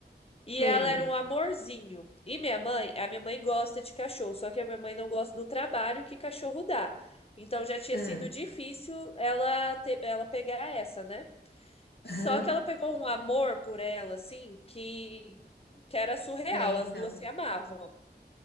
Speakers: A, on the left; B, on the left.
A: E
B: Sei.
A: ela era um amorzinho. E minha mãe, a minha mãe gosta de cachorro, só que a minha mãe não gosta do trabalho que cachorro dá. Então já tinha
B: Ah,
A: sido difícil ela ter, ela pegar essa, né? Só
B: aham.
A: que ela pegou um amor por ela, assim, que, que era surreal.
B: É, então.
A: As duas se amavam.